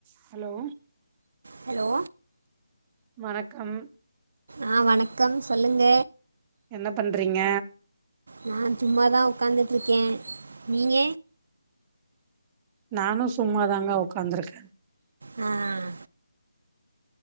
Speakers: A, on the right (about 15°); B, on the right (about 60°).
A: Hello
B: hello
A: வணக்கம்
B: ஆஹ் வணக்கம் சொல்லுங்க
A: என்ன பண்றீங்க
B: நான் சும்மாதான் உக்காந்துட்டு இருக்கேன் நீங்க
A: நானும் சும்மாதாங்க உக்காந்துருக்கேன்
B: உஹம்